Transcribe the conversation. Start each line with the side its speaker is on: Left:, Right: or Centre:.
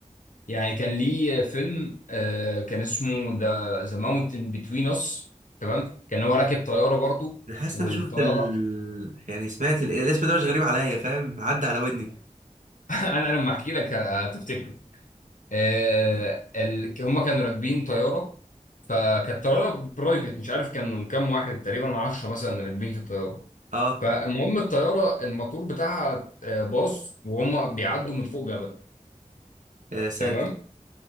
Left: يعني كان ليه فيلم آه كان اسمه ذا ذا ماونتن بتوين اس تمام كان هو راكب طياره برضو
Right: انا حاسس
Left: والطياره
Right: ان انا شفت ال... <laughs> يعني سمعت ال... الاسم ده مش غريب عليا فاهم عدى على ودني
Left: انا لما احكي لك هتفتكره آه ال... هم كانوا راكبين طياره فكانت طياره برايفت مش عارف كانوا كام واحد تقريبا 10 مثلا راكبين في الطياره
Right: اه
Left: فالمهم الطياره الموتور بتاعها آه، باظ وهم بيعدوا من فوق جبل
Right: يا ساتر
Left: تمام